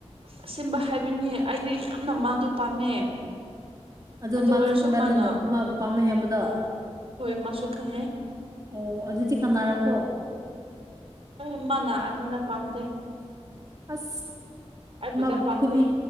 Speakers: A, on the right; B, on the right.
A: ꯑꯁꯦꯝꯕ ꯍꯥꯏꯕꯅꯤ ꯑꯩꯗꯤ ꯌꯥꯝꯅ ꯃꯥꯗꯨ ꯄꯥꯝꯃꯦ꯫
B: ꯑꯗꯨ ꯃꯥ
A: ꯑꯣꯏꯔꯁꯨ
B: ꯈꯪꯕ꯭ꯔꯥ
A: ꯃꯥꯅ
B: ꯅꯪꯅ ꯃꯥꯕꯨ ꯄꯥꯝꯃꯦ ꯍꯥꯏꯕꯗꯣ꯫
A: ꯍꯣꯏ ꯃꯥꯁꯨ ꯈꯪꯉꯦ꯫
B: ꯑꯣ ꯑꯗꯨꯗꯤ ꯀꯅꯥꯔꯀꯣ꯫
A: ꯑꯣ ꯃꯥꯅꯥ ꯑꯩꯉꯣꯟꯗ ꯄꯥꯝꯗꯦ꯫
B: ꯑꯁ
A: ꯑꯩꯕꯨꯗ
B: ꯃꯥꯕꯨ
A: ꯄꯥꯝꯗꯦ
B: ꯐꯨꯕꯤ